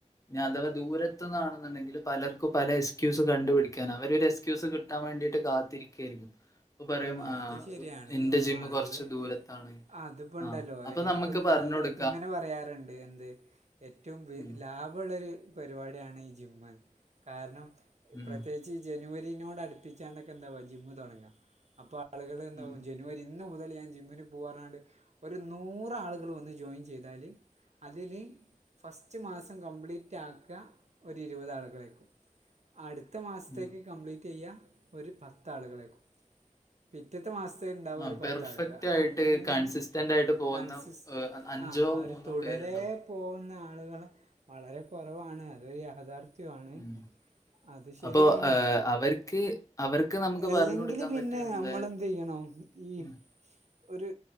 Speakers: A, on the left (about 25°); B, on the right (about 60°).
A: ഇഞ്ഞ് അഥവാ ദൂരത്തുന്നാണെന്നുണ്ടെങ്കിൽ പലർക്കും പല എസ്ക്യൂസ് കണ്ടുപിടിക്കാൻ അവരൊരു എസ്ക്യൂസ് കി കിട്ടാൻ വേണ്ടിട്ട് കാത്തിരിക്കായിരിക്കും. അപ്പോ പറയും ആഹ്
B: അത് ശരിയാണ്
A: എന്റെ ജിമ്മ്
B: ആളുകള്
A: കൊർച്ച് ദൂരത്താണ്.
B: അതിപ്പോ
A: ആ
B: ഉണ്ടല്ലോ
A: അപ്പോ
B: ഏറ്റവും
A: നമുക്ക് പറഞ്ഞ്
B: നല്ല
A: കൊടു
B: ഇങ്ങനെ പറയാറ്ണ്ട് എന്ത് ഏറ്റവും
A: ഉം.
B: ലാഭള്ളൊരു പരിപാടിയാണ് ഈ ജിമ്മ് കാരണം
A: ഉം
B: പ്രത്യേകിച്ച് ഈ ജനുവരിനോട് അടുപ്പിച്ചാണ്ടക്കെ എന്താവാ ജിമ്മ് തൊടങ്ങുക, അപ്പാളുകളെന്താവും
A: ഉം
B: ജനുവരി ഇന്ന് മുതൽ ഞാൻ ജിമ്മിന് പോവാർഞ്ഞാണ്ട് ഒരു നൂറാളുകള് വന്ന് ജോയിൻ ചെയ്താല് അതില് ഫസ്റ്റ് മാസം കംപ്ലീറ്റ് ആക്കുക ഒരു ഇരുപത് ആളുകളേക്കും. അടുത്ത മാസത്തേക്ക്
A: ഉം
B: കംപ്ലീറ്റെയ്യ ഒരു പത്താളുകളേക്കും. പിറ്റത്തെ മാസ്ത്തേക്ക്ണ്ടാവ
A: ആ
B: ഒരു പത്താള്കള്
A: പെർഫെക്റ്റ് ആയിട്ട്
B: അങ്ങനെ
A: കൺസിസ്റ്റന്റ് ആയിട്ട് പോകുന്ന
B: കൺസിസ്
A: ഏഹ്, അഞ്ചോ
B: ആഹ് ആ ഒരു
A: മൂന്നോ
B: തുടരെ
A: പേരുണ്ടാവും
B: പോകുന്ന ആളുകള് വളരെ കൊറവാണ്, അതൊരു യാഥാർ ഥ്യം ആണ്.
A: ഉം
B: അത് ശരിയാണ്
A: അപ്പൊ അവർക്ക് അവർക്ക് നമുക്ക്
B: എല്ലെങ്കില്
A: പറഞ്ഞു കൊടുക്കാൻ
B: പിന്നെ
A: പറ്റും എന്താ
B: മ്മളെന്തെയ്യണം ഈ
A: ഉം.
B: ഒരു